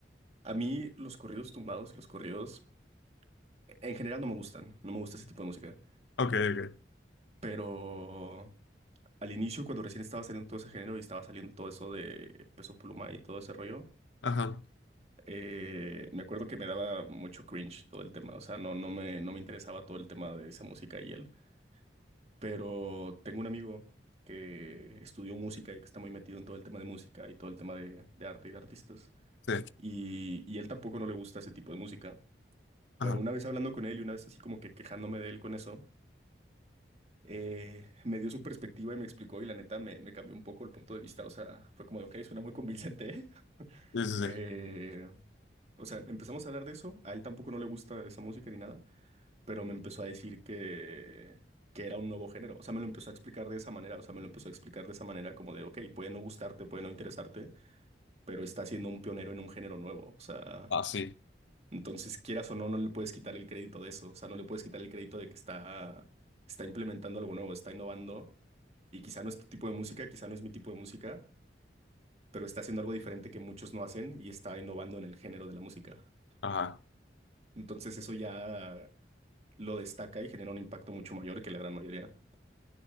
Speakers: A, on the right; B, on the left.
A: a mí los corridos tumbados y los corridos en general no me gustan. No me gusta ese tipo de música.
B: ok, ok.
A: Pero Al inicio, cuando recién estaba saliendo todo ese género y estaba saliendo todo eso de Peso Pluma y todo ese rollo,
B: Ajá,
A: eh, me acuerdo que me daba mucho cringe todo el tema. O sea, no, no me, no me interesaba todo el tema de esa música y él. Pero tengo un amigo que estudió música y que está muy metido en todo el tema de música y todo el tema de, de arte y de artistas.
B: sí,
A: Y, y él tampoco no le gusta ese tipo de música. Pero
B: ajá.
A: una vez hablando con él y una vez así como que quejándome de él con eso eh, me dio su perspectiva y me explicó y la neta me, me cambió un poco el punto de vista, o sea, fue como de, ok, suena muy convincente, ¿eh?". <laughs>
B: Sí, sí, sí.
A: Eh, o sea, empezamos a hablar de eso, a él tampoco no le gusta esa música ni nada, pero me empezó a decir que, que era un nuevo género, o sea, me lo empezó a explicar de esa manera, o sea, me lo empezó a explicar de esa manera como de, ok, puede no gustarte, puede no interesarte, pero está siendo un pionero en un género nuevo, o sea...
B: Ah, sí,
A: Entonces, quieras o no, no le puedes quitar el crédito de eso. O sea, no le puedes quitar el crédito de que está, está implementando algo nuevo, está innovando. Y quizá no es tu tipo de música, quizá no es mi tipo de música, pero está haciendo algo diferente que muchos no hacen y está innovando en el género de la música.
B: ajá.
A: Entonces, eso ya lo destaca y genera un impacto mucho mayor que la gran mayoría.